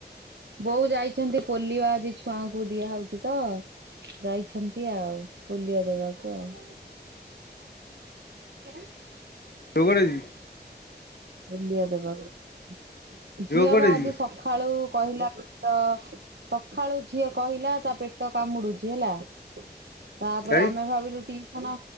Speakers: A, on the right (about 80°); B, on the left (about 65°).
A: ବୋଉ ଯାଇଛନ୍ତି ପୋଲିଓ ଆଜି ଛୁଆଙ୍କୁ ଦିଆହଉଛି ତ। ଯାଇଛନ୍ତି ଆଉ ପୋଲିଓ ଦେବାକୁ ଆଉ। <unintelligible>
B: <unintelligible>
A: ବଲିଆ ଦେବାକୁ ଝିଅ
B: କୁଆଡ଼େ
A: ବା
B: ଯାଇଛି
A: ଆଜି ସ ଖାଳୁ କହିଲା ତ ସକାଳୁ ଝିଅ କହିଲା ତା ପେଟ କାମୁଡୁଛି ହେଲା। ତାପରେ
B: କାଇଁ
A: ଆମେ ଭାବିଲୁ ଟି ଖନ